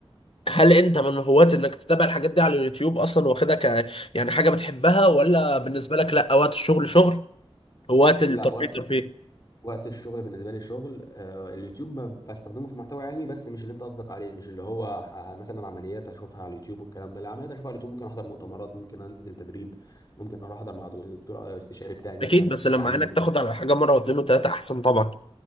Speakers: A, on the left; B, on the left.
A: هل انت من هواة انك تتابع الحاجات دي على اليوتيوب اصلا واخدها ك يعني حاجة بتحبها ولا بالنسبة لك لا وقت الشغل شغل هواة الترفيه
B: لا وقت
A: ترفيه
B: وقت الشغل بالنسبه لي الشغل أه اليوتيوب ما بستخدمه في محتوى علمي بس مش اللي انت قصدك عليه مش اللي هو ه- مثلا عمليات اشوفها على اليوتيوب والكلام ده لا عمليات اشوفها على اليوتيوب ممكن احضر مؤتمرات ممكن انزل تدريب ممكن اروح احضر مع دكتور آه، استشاري بتاعي مثلا
A: اكيد بس لما
B: يعلمني
A: عينك تاخد على حاجه مره واتنين وتلاته احسن طبعا